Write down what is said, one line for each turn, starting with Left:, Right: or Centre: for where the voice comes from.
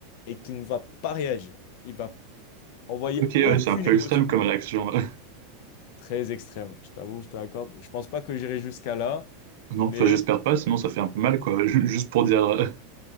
Left: et qu'il ne va pas réagir. Il va envoyer
Right: Ok, ouais,
Left: aucune
Right: c'est un peu
Left: émotion.
Right: extrême comme
Left: tu
Right: réaction.
Left: vois.
Right: <laughs>
Left: Très extrême, je t'avoue, je te l'accorde. Je pense pas que j'irai jusqu'à là,
Right: Non,
Left: mais
Right: enfin, j'espère pas, sinon ça fait un peu mal, quoi. Ju- Juste pour dire. euh,